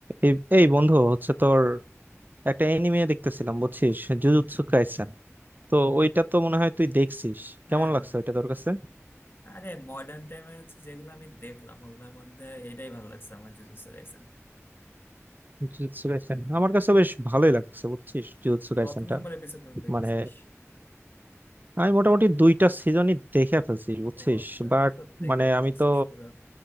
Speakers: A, on the right; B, on the left.
A: এই এই বন্ধু হচ্ছে তোর একটা এনিমে দেখতেছিলাম বুঝছিস জুজুৎসু কাইসেন তো ওইটা তো মনে হয় তুই দেখছিস
B: হ্যাঁ
A: কেমন লাগছে ওইটা তোর কাছে
B: আরে মডার্ন টাইমে হচ্ছে যেগুলো আমি দেখলাম ওগুলোর মধ্যে এটাই ভালো লাগছে আমার জুজুৎসু কাইসেন
A: জুজুৎসু কাইসেন আমার কাছে বেশ ভালোই লাগছে বুঝছিস জুজুৎসু কাইসেনটা
B: কত নম্বর এপিসোড পর্যন্ত দেখেছিস
A: মানে আমি মোটামুটি দুইটা সিজনই দেখে ফেলছি বুঝছিস
B: ও তাহলে
A: বাট
B: তো দেখে
A: মানে
B: ফেলছিস
A: আমি তো
B: পুরো